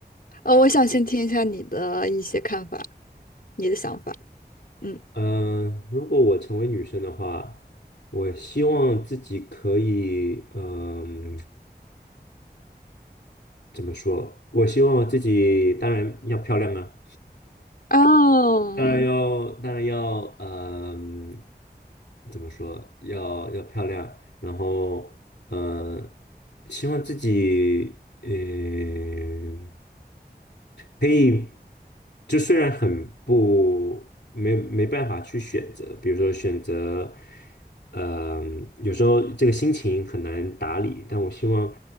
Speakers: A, on the left (about 60°); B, on the left (about 80°).
A: 呃，我想先听一下你的一些看法，你的想法。嗯，
B: 嗯，如果我成为女生的话，我希望自己可以，嗯，怎么说？我希望自己当然要漂亮啊，
A: 哦，
B: 当然要，当然要，嗯、怎么说？要要漂亮，然后，嗯，希望自己，嗯、可以，就虽然很不没没办法去选择，比如说选择，嗯、有时候这个心情很难打理，但我希望